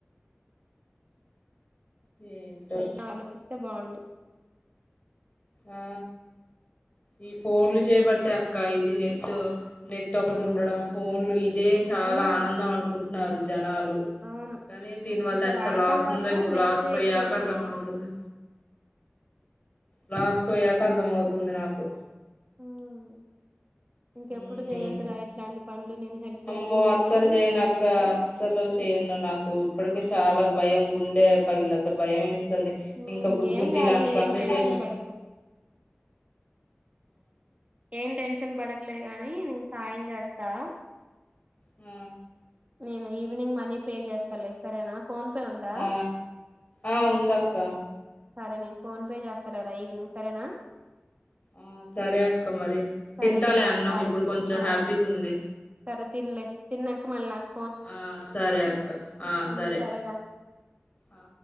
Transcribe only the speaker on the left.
ఏంటో
ఆ ఈ ఫోన్లు చేయబట్టే అక్క ఇది నెట్ నెట్ ఒకటి ఉండడం ఫోన్లు ఇది ఇదే చాలా
ఆనందం అనుకుంటున్నారు జనాలు
కానీ దీని వల్ల
ఎంత
లాస్
ఉందో ఇప్పుడు
లాస్ పోయాకా
అర్ధమౌతుంది లాస్ పోయాక అర్థం అవుతుంది నాకు
ఉమ్
అమ్మో
అస్సలు
జేయనక్క అస్సలు చేయను నాకు ఇప్పటికే చాలా భయం గుండె పగిలినంత భయం ఏ తుంది
ఇంకా బుద్ధింటే
ఇలాంటి పనులు
చేయ
ఉమ్
ఆ ఆ ఉంద అక్క
ఆ సరే అక్క మరి తింటాలి
అన్నం
ఇప్పుడు కొంచెం
హ్యాపీగా ఉంది
ఆ సరే అక్క ఆ
సరే
ఆ